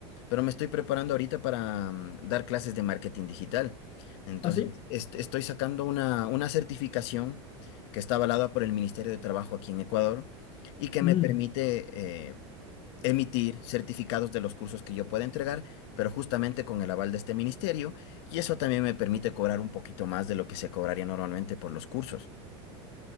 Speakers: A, on the left; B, on the left.
A: pero me estoy preparando ahorita para mm, dar clases de marketing digital. Entonces,
B: ¿Ah, sí?
A: est- estoy sacando una, una certificación que está avalada por el Ministerio de Trabajo aquí en Ecuador y que
B: Mm,
A: me permite eh, emitir certificados de los cursos que yo pueda entregar, pero justamente con el aval de este ministerio, y eso también me permite cobrar un poquito más de lo que se cobraría normalmente por los cursos.